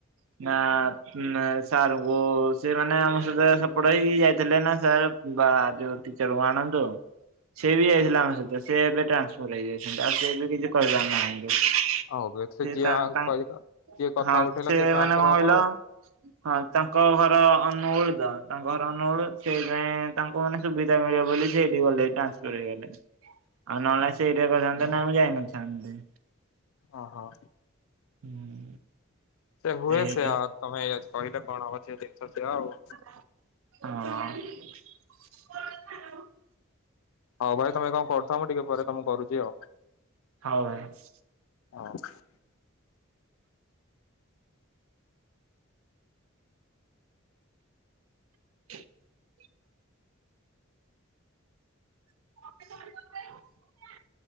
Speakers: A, on the right; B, on the left.
A: <unintelligible> ସାରଙ୍କୁ ସେ ମାନେ ଆମ ସହିତ ସପୋର୍ଟ ହେଇକି ଯାଇଥିଲେ ନା ସାର୍ ବା ଯୋଉ ଟିଚର କୁ ଆଣନ୍ତୁ। ସେ ବି ଯାଇଥିଲା ଆମ ସହିତ ସିଏ ଏବେ ଟ୍ରାନ୍ସଫର ହେଇଯାଇଛନ୍ତି ଆଉ ସେ ଏବେ କିଛି କରିପାରୁନାହାନ୍ତି। ସେ
B: ଆଉ ଯିଏ
A: ତା-ତାଙ୍କ
B: ଯିଏ କଥା
A: ହଁ
B: ଉଠେଇଲା
A: ସେ
B: ଟ୍ରାନ୍ସଫର
A: ମାନେ କଣ
B: ହବ
A: କହିଲ
B: ଆଉ।
A: ହଁ ତାଙ୍କ ଘର ଅନୁଗୋଳ ତ ତାଙ୍କ ଘର ଅନୁଗୋଳ ସେ ପାଇଁ ତାଙ୍କୁ ମାନେ ସୁବିଧା ମିଳିବ ବୋଲି ସିଏ ଏହିଟି ଗଲେ ଟ୍ରାନ୍ସଫର ହେଇଗଲେ। ଆଉ ନହେଲେ ନାଇଁ ସେ ଏହିଟା କରିଥାନ୍ତେ ନା ମୁଁ ଯାଇନଥାନ୍ତି।
B: ଓ ହୋ।
A: ହୁଁ।
B: ସେ ହୁଏ
A: ସେଇଥି
B: ସେହା ଆଉ ତମେ କହିଲେ କଣ ହବ ସେ ଲେକ୍ଚର ସେୟା ଆଉ।
A: ହଁ।
B: ହଉ ଭାଇ ତମେ କଣ କରଥାଅ ମୁ ଟିକେ ପରେ ତମକୁ କରୁଛି ଆଉ।
A: ହଉ ଭାଇ।
B: ହଁ।
A: <inaudible> <unintelligible>